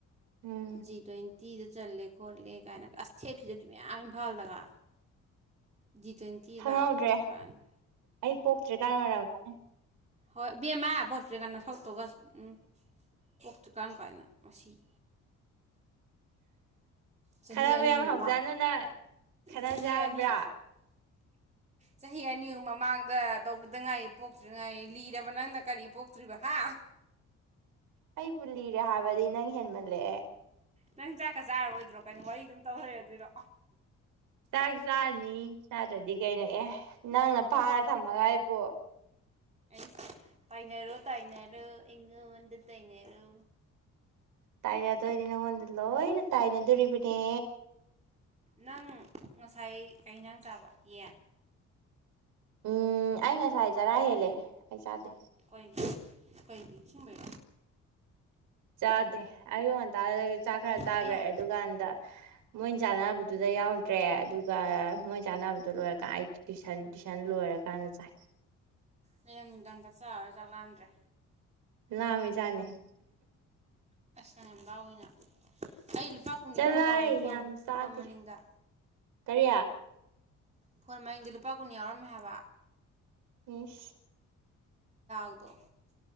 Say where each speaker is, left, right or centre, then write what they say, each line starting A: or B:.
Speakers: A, on the right; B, on the right.
A: ꯎꯝ
B: ꯖꯤ ꯇ꯭ꯋꯦꯟ ꯇꯤꯗ ꯆꯜꯂꯦ ꯈꯣꯠꯂꯦ ꯀꯥꯏꯅꯒ ꯑꯁ ꯊꯦꯛꯈꯤꯗꯗꯤ ꯃꯌꯥꯝ ꯏꯝꯐꯥꯜꯗꯒ ꯖꯤ ꯇ꯭ꯋꯦꯟꯇꯤ
A: ꯈꯪꯍꯧꯗ꯭ꯔꯦ
B: ꯂꯥꯕ ꯑꯣꯏꯅꯤ
A: ꯑꯩ ꯄꯣꯛꯇ꯭ꯔꯤꯀꯥꯟ ꯑꯣꯏꯔꯃꯅꯦ
B: ꯍꯣꯏ ꯕꯦꯝꯃꯥ ꯄꯣꯔꯛꯇ꯭ꯔꯤꯀꯥꯟꯗ ꯁꯛꯇꯨꯒꯁꯨ ꯎꯝ ꯄꯣꯛꯇ꯭ꯔꯤꯀꯥꯟ ꯀꯥꯏꯅꯣ ꯑꯁꯤꯁꯤ ꯆꯍꯤ
A: ꯈꯠꯅꯕ
B: ꯑꯅꯤ
A: ꯌꯥꯝ
B: ꯑꯍꯨꯝꯕ
A: ꯍꯧꯖꯥꯅꯨꯅ ꯈꯠꯅꯖꯦ
B: ꯆꯍꯤ
A: ꯍꯥꯏꯕ꯭ꯔꯥ
B: ꯑꯅꯤ ꯆꯍꯤ ꯑꯅꯤ ꯑꯨꯨꯝ ꯃꯃꯥꯡꯗ ꯇꯧꯈꯤꯗꯉꯥꯏ ꯄꯣꯛꯇꯗꯉꯥꯏ ꯂꯤꯔꯕ ꯅꯪꯅ ꯀꯔꯤ ꯄꯣꯛꯇ꯭ꯔꯤꯕ ꯍꯥ
A: ꯑꯩꯕꯨ ꯂꯤꯔꯦ ꯍꯥꯏꯕꯗꯤ ꯅꯪ ꯍꯦꯟꯃꯜꯂꯛꯑꯦ
B: ꯅꯪ ꯆꯥꯛꯀ ꯆꯥꯔꯔꯣꯏꯗ꯭ꯔꯣ ꯀꯩꯅꯣ ꯋꯥꯔꯤ ꯑꯗꯨꯝ ꯇꯧ ꯂꯩꯔꯗꯣꯏꯔꯣ
A: ꯆꯥꯛ ꯆꯥꯔꯅꯤ ꯆꯥꯗ꯭ꯔꯗꯤ ꯀꯩꯅꯣ ꯑꯦ ꯅꯪꯅ ꯐꯥꯔ ꯊꯝꯃꯒ ꯍꯥꯏꯕꯣ
B: ꯑ ꯄꯥꯏꯅꯦꯔꯣ ꯇꯥꯏꯩꯅꯔꯣ ꯏꯉꯗ ꯇꯥꯏꯅꯦꯔꯣ
A: ꯇꯥꯏꯅꯗꯣꯏꯅꯦ ꯅꯪꯉꯣꯟꯗ ꯂꯣꯏꯅ ꯇꯥꯏꯅꯗꯣꯔꯤꯕꯅꯦ
B: ꯅꯪ ꯉꯁꯥꯏ ꯀꯩꯩꯅꯥꯡ ꯆꯥꯕ ꯌꯦꯟ
A: ꯎꯝ ꯑꯩ ꯉꯁꯥꯏ ꯍꯥꯏꯖꯔꯥ ꯍꯦꯜꯂꯦ ꯑꯩ ꯆꯥꯗꯦ
B: ꯑꯩꯒꯤ ꯑꯩꯒꯤ ꯁꯨꯝꯕꯩꯦ
A: ꯆꯥꯗꯦ ꯑꯩꯌꯨ ꯋꯥꯟꯇꯥꯗꯒ ꯆꯥꯛ ꯈꯔ ꯆꯥꯈ꯭ꯔꯦ
B: ꯑꯌꯥ
A: ꯑꯗꯨꯀꯥꯟꯗ ꯃꯣꯏꯅ ꯆꯥꯅꯕꯗꯨꯗꯩ ꯌꯥꯎꯗ꯭ꯔꯦ ꯑꯗꯨꯒ ꯃꯣꯏ ꯆꯥꯟꯅꯕꯗꯣ ꯂꯣꯏꯔꯀꯥꯟ ꯑꯩ ꯇꯨꯁꯟ ꯇꯨꯏꯁꯟ ꯂꯣꯏꯔꯀꯥꯟꯗ ꯆꯥꯏ
B: ꯍꯌꯦꯡ ꯅꯨꯡꯗꯥꯡ ꯆꯠ ꯆꯥꯔꯔꯣꯏ ꯆꯥꯛꯂꯛꯑꯥꯟꯗ꯭ꯔꯦ
A: ꯂꯃꯤ ꯆꯅꯦꯦ
B: ꯀ ꯌꯥꯝ ꯂꯥꯎꯏꯅ ꯑꯩ ꯂꯨꯄꯥ ꯀꯨꯟ
A: ꯆꯠꯂꯣꯍꯦ
B: ꯌꯥꯎꯔꯝꯕ ꯋꯥꯅꯤ ꯐꯣꯟ
A: ꯌꯥꯝ ꯆꯥꯗꯦ
B: ꯐꯣꯟ ꯃꯅꯤꯡꯗ
A: ꯀꯔꯤ
B: ꯐꯣꯟ ꯃꯡꯗ ꯂꯨꯄꯥ ꯀꯨꯟ ꯌꯥꯎꯔꯝꯃꯦ ꯍꯥꯏꯕ
A: ꯍꯝ
B: ꯎꯗꯣ